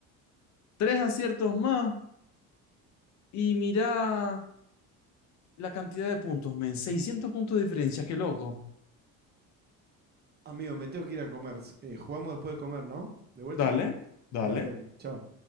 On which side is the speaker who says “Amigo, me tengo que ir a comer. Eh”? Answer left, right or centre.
Right